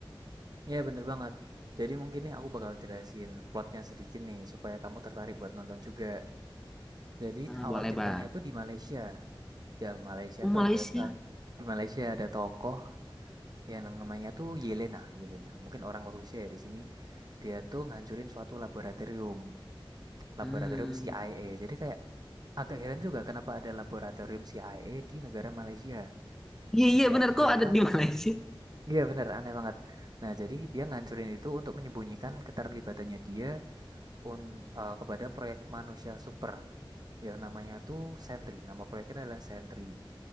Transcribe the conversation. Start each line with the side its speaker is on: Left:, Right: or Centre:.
Right: Ya bener banget. Jadi mungkin nih aku bakal jelasin plotnya sedikit nih supaya kamu tertarik buat nonton juga. Jadi
Centre: Nah,
Right: awal
Centre: boleh
Right: ceritanya
Centre: bang.
Right: tuh di Malaysia. Di Malaysia
Centre: Oh Malaysia.
Right: tuh ada sa- di Malaysia ada tokoh yang namanya tuh Yelena. Yelena. Mungkin orang Rusia ya di sini. Dia tuh ngancurin suatu laboratorium,
Centre: Hmm.
Right: laboratorium CIA. Jadi kayak Agak heran juga kenapa ada laboratorium CIA di negara Malaysia
Centre: Iya iya
Right: yang
Centre: benar
Right: ternyata
Centre: kok ada di Malaysia.
Right: iya bener aneh banget. Nah, jadi dia ngancurin itu untuk menyembunyikan keterlibatannya dia un, eh, kepada proyek manusia super yang namanya tuh Sentry. Nama proyeknya adalah Sentry